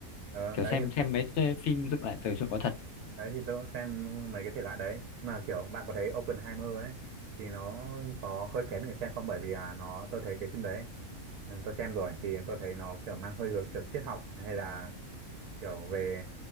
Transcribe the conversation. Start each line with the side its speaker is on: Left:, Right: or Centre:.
Right: ờ,
Left: kiểu
Right: đấy
Left: xem xem mấy cái phim dựng lại từ chuyện có thật
Right: đấy thì tôi cũng xem mấy cái thể loại đấy mà kiểu bạn có thấy Oppenheimer ấy thì nó có hơi kén người xem không bởi vì là nó tôi thấy cái phim đấy Ừ, tôi xem rồi thì tôi thấy nó kiểu mang hơi hướng kiểu triết học hay là kiểu về